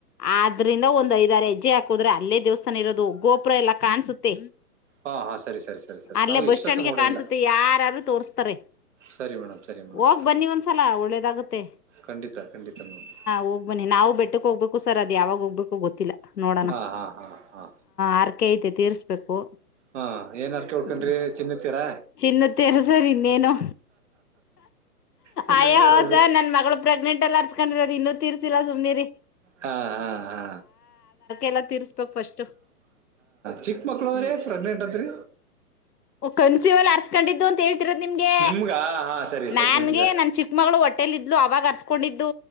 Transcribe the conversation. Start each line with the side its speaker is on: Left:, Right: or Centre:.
Left: ಆದ್ರಿಂದ ಒಂದ್ ಐದಾರು ಹೆಜ್ಜೆ ಹಾಕುದ್ರೆ ಅಲ್ಲೇ ದೇವಸ್ಥಾನ ಇರೋದು ಗೋಪುರ ಎಲ್ಲಾ ಕಾಣ್ಸುತ್ತೆ
Right: ಹಾ ಹಾ ಸರಿ ಸರಿ ಸರಿ ಸರಿ
Left: ಅಲ್ಲೇ
Right: ನಾವು
Left: ಬಸ್
Right: ಇಷ್ಟೊತ್ತು
Left: ಸ್ಟ್ಯಾಂಡ್ಗೆ
Right: ನೋಡೇ
Left: ಕಾಣ್ಸುತ್ತೆ
Right: ಇಲ್ಲ
Left: ಯಾರಾರು ತೋರ್ಸ್ತಾರೆ.
Right: ಸರಿ ಮೇಡಮ್ ಸರಿ ಮೇಡಮ್
Left: ಹೋಗ್ ಬನ್ನಿ ಒಂದ್ಸಲ ಒಳ್ಳೇದಾಗ್ಲಿ. ಆಗುತ್ತೆ
Right: ಖಂಡಿತ ಖಂಡಿತ ಮೇಡಮ್
Left: ಹೋಗ್ಬನ್ನಿ ನಾವು ಬೆಟ್ಟಕ್ ಹೋಗ್ಬೇಕು ಸರ್ ಅದ ಯಾವಾಗ ಹೋಗ್ಬೇಕು ಗೊತ್ತಿಲ್ಲ. ನೋಡೋಣ
Right: ಹಾ ಹಾ ಹಾ ಹಾ
Left: ಹರಕೆ ಐತೆ ತೀರ್ಸ್ಬೇಕು.
Right: ಹಾ ಏನ್ ಹರಿಕೆ ಹೊತ್ತಿಕೊಂಡ್ರಿ
Left: ಹ್ಮ್
Right: ಚಿನ್ನದತೇರ.
Left: ಚಿನ್ನ ತೀರ್ಸರ್ ಇನ್ನೇನು
Right: ಚಿನ್ನದಂತೆರು
Left: ಅಯ್ಯೋ ಸರ್ ನನ್ ಮಗಳು ಪ್ರೆಗ್ನೆಂಟ್ ಅಲ್ಲಿ ಹರಾಸಿಕೊಂಡಿರೋದು ಅದು ಇನ್ನುೂ ತೀರಿಸಿಲ್ಲ ಸುಮ್ನೆರೀ.
Right: ಹಾ ಹಾ ಹಾ
Left: ಎಲ್ಲ ತೀರ್ಸ್ಬೇಕ್ ಫಸ್ಟ್
Right: ಚಿಕ್ಕ ಮಕ್ಕ್ಳು
Left: ಹ್ಮ್
Right: ಪ್ರೆಗ್ನೆಟ್ ಅಂದ್ರಿ
Left: ಕನ್ಸಿವಲ್ ಹರ್ಸ್ಕೊಂಡಿದ್ದು ಅಂತ ಹೇಳ್ತಿರೋದು ನಿಮಗೆ
Right: ನಿಮ್ಗ ಹಾ ಸರಿ ಸರಿ
Left: ನನ್ಗೆ
Right: ನಿಮ್ಗ
Left: ನನ್ ಚಿಕ್ಕ ಚಿಕ್ಕ ಮಗಳು ಹೊಟ್ಟೆಲ್ಲಿ ಇದ್ಲು ಅವಾಗ ಹರ್ಸ್ಕೊಂಡಿದ್ದು